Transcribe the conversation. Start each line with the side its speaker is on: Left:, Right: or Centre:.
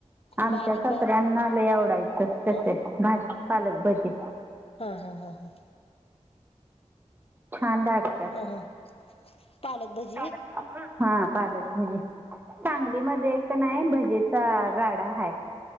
Right: आमच्या
Left: बारीक
Right: सासऱ्यांना
Left: बारीक
Right: लई आवडायचं तसेच.
Left: अ
Right: <unintelligible> पालक भजे.
Left: हां. हां. हां.
Right: छान <unintelligible>
Left: हम्म पालक भजे.
Right: हा पालक भजी सांगली मध्ये एक नाही भजी गाडा हाय